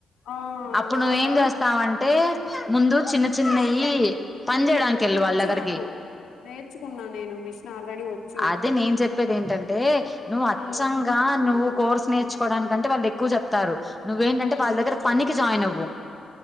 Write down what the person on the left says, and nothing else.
ఆ
నాకు
వచ్చు
నాకు నేర్చుకున్నా నేను మిషన్ ఆల్రెడీ వచ్చు
ఉమ్
ఉమ్